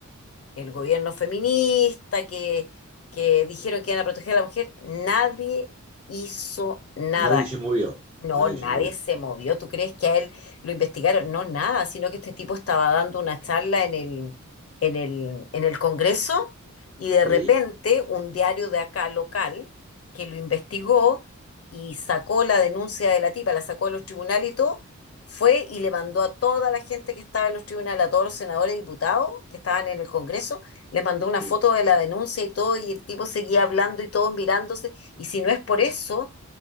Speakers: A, on the left; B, on the right.
A: el gobierno feminista, que, que dijeron que iban a proteger a la mujer, nadie hizo nada.
B: Nadie se movió,
A: No,
B: nadie
A: nadie
B: se movió.
A: se movió. ¿Tú crees que a él lo investigaron? No, nada, sino que este tipo estaba dando una charla en el, en el, en el Congreso y de
B: Sí,
A: repente un diario de acá local que lo investigó y sacó la denuncia de la tipa, la sacó de los tribunales y todo, fue y le mandó a toda la gente que estaba en los tribunales, a todos los senadores y diputados que estaban en el Congreso, les mandó una
B: sí,
A: foto de la denuncia y todo, y el tipo seguía hablando y todos mirándose, y si no es por eso